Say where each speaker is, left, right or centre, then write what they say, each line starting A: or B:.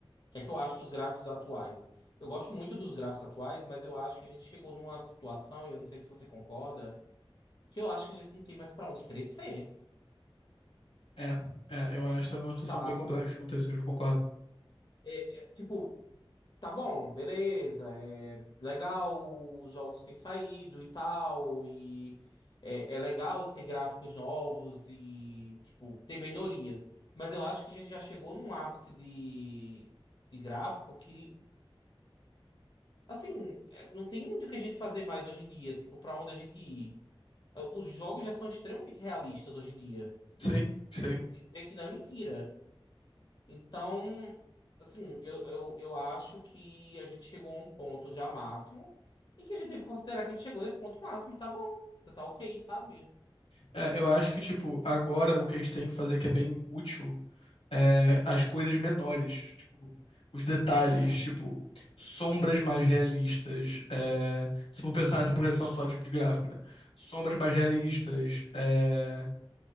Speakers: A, on the left; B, on the left.
A: que é que eu acho dos gráficos atuais? Eu gosto muito dos gráficos atuais, mas eu acho que a gente chegou numa situação, e eu não sei se você concorda, que eu acho que a gente não tem mais pra onde crescer,
B: É, é, eu acho que tá numa
A: sabe?
B: situação bem complexa quanto a isso, eu concordo.
A: É, é, tipo, Tá bom, beleza. É legal os jogos que têm saído e tal. E é, é legal ter gráficos novos e, tipo, ter melhorias. Mas eu acho que a gente já chegou num ápice de, de gráfico que, assim, é, não tem muito o que a gente fazer mais hoje em dia. Tipo, pra onde a gente ir. Os jogos já são extremamente realistas hoje em dia.
B: Sim,
A: Hum,
B: sim.
A: Dizer que não é mentira. Então, assim, eu, eu, eu acho que a gente chegou a um ponto já máximo e que a gente deve considerar que a gente chegou nesse ponto máximo e tá bom, tá tá ok, sabe?
B: É, eu acho que, tipo, agora o que a gente tem que fazer que é bem útil é as coisas menores, tipo, os detalhes,
A: Uhum,
B: tipo, sombras mais realistas, é, se for pensar nessa progressão só de gráfico, né? Sombras mais realistas, é,